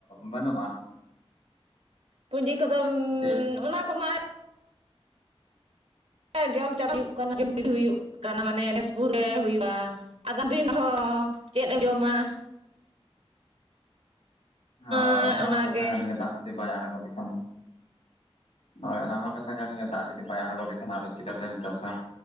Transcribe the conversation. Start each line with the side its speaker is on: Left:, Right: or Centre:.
Left: ᱵᱟᱹᱱᱩᱜᱼᱟ
Right: ᱯᱩᱸᱡᱤ ᱠᱚᱫᱚᱢ
Left: ᱫᱤᱱ
Right: ᱚᱱᱟ ᱠᱚᱢᱟ ᱡᱚᱢ ᱪᱟᱯ <unintelligible> ᱦᱩᱭᱩᱜ ᱠᱟᱱᱟ ᱡᱚᱢ ᱵᱷᱤᱲᱤ ᱦᱩᱭᱩᱜ ᱠᱟᱱᱟ ᱢᱟᱱᱮ ᱱᱮᱥᱵᱩᱨ ᱨᱮ ᱦᱩᱭᱩᱜᱼᱟ ᱟᱜᱟᱢ ᱫᱤᱱ ᱨᱮᱦᱚᱸ ᱪᱮᱫ ᱮ ᱡᱚᱢᱟ
Left: ᱚ
Right: ᱦᱮᱸ
Left: ᱚᱱᱟ
Right: ᱚᱱᱟᱜᱮ
Left: ᱢᱟ ᱠᱟᱛᱷᱟ ᱠᱟᱱ ᱜᱮᱭᱟ ᱫᱟᱜ ᱡᱩᱫᱤ ᱵᱟᱭ ᱟᱬᱜᱚ ᱞᱮᱠᱷᱟᱱ ᱫᱚ ᱦᱳᱭ ᱚᱱᱟ ᱢᱟ ᱠᱟᱛᱷᱟ ᱠᱟᱱ ᱜᱮᱭᱟ ᱫᱟᱜ ᱡᱩᱫᱤ ᱵᱟᱭ ᱟᱲᱜᱚ ᱞᱮᱠᱷᱟᱱ ᱟᱨ ᱪᱤᱠᱟᱹᱛᱮᱢ ᱪᱟᱥᱟ